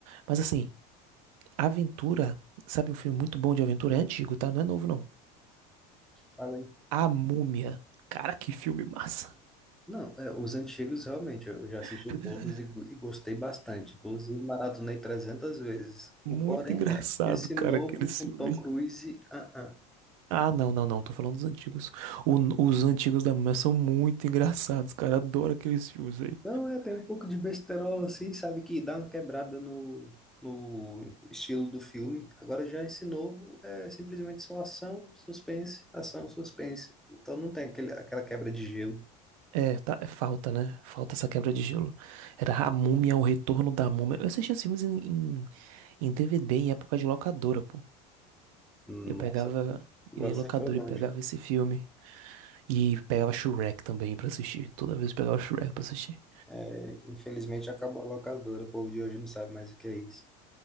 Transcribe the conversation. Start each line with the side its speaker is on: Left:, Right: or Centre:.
Right: Mas assim, Aventura, sabe um filme muito bom de aventura? É antigo, tá? Não é novo, não.
Centre: Fala aí.
Right: A Múmia. Cara, que filme massa.
Centre: Não, é, os antigos realmente eu já assisti
Right: <laughs>
Centre: todos e, go- e gostei bastante. Inclusive, maratonei 300 vezes. O
Right: Muito
Centre: porém
Right: engraçado,
Centre: é, esse novo
Right: cara, aquele filme.
Centre: com Tom Cruise, ah, ah.
Right: Ah, não, não, não. Tô falando dos antigos. O- os antigos da Múmia são muito engraçados, cara. Adoro aqueles filmes aí.
Centre: Não, é, tem um pouco de besterol assim, sabe, que dá uma quebrada no, no estilo do filme. Agora já esse novo é simplesmente só ação, suspense, ação, suspense. Então não tem aquele, aquela quebra de gelo.
Right: É, tá, é falta, né? Falta essa quebra de gelo. Era A Múmia, O Retorno da Múmia. Eu assistia esses filmes em, em, em DVD em época de locadora, pô.
Centre: Nossa,
Right: Eu pegava,
Centre: agora
Right: eu ia em
Centre: você
Right: locadora
Centre: foi longe.
Right: e pegava esse filme. E pegava Shrek também pra assistir. Toda vez eu pegava Shrek pra assistir.
Centre: É, Infelizmente acabou a locadora, o povo de hoje não sabe mais o que é isso.